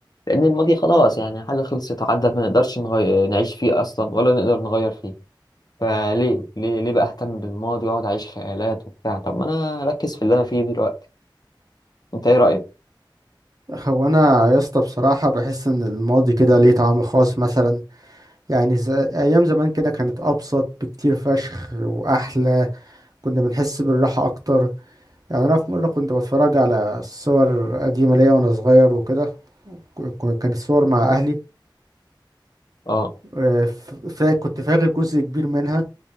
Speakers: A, on the left; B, on the right.
A: لأن الماضي خلاص يعني حاجة خلصت عدت ما نقدرش نغي... نعيش فيه أصلا ولا نقدر نغير فيه فليه ليه ليه بقى أهتم بالماضي وأقعد أعيش خيالات وبتاع طب ما أنا أركز في اللي أنا فيه دلوقتي أنت إيه رأيك؟
B: هو انا يا اسطى بصراحة بحس ان الماضي كده ليه طعم خاص مثلا يعني ز... ايام زمان كده كانت ابسط بكتير فشخ واحلى كنا بنحس بالراحة اكتر يعني انا في مره كنت بتفرج على صور قديمه ليا وانا صغير وكده ك- كان الصور مع اهلي
A: آه
B: آه، ف- فا- كنت فاكر جزء كبير منها